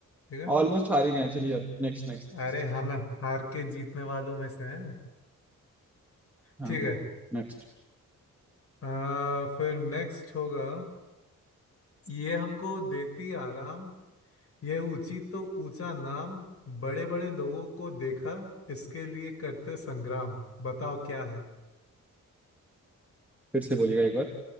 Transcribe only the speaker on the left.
ठीक है
अरे हम हार के जीतने वालों में से हैं
ठीक है
आ, फिर नेक्स्ट होगा ये हमको देती आराम यह ऊंची तो ऊंचा नाम बड़े बड़े लोगों को देखा इसके लिए करते संग्राम बताओ क्या है